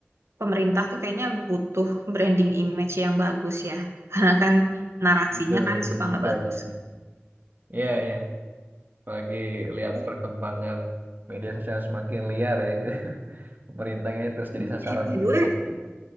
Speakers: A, on the right; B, on the right.
A: pemerintah tuh kayaknya butuh branding image yang bagus ya. Karena kan narasinya
B: Betul,
A: kan
B: betul,
A: suka nggak
B: betul.
A: bagus.
B: Iya, iya. Apalagi lihat
A: Eh,
B: perkembangan media sosial semakin liar ya gitu. <laughs> Pemerintahnya terus jadi
A: eh,
B: sasaran
A: by the
B: empuk
A: way,
B: gitu.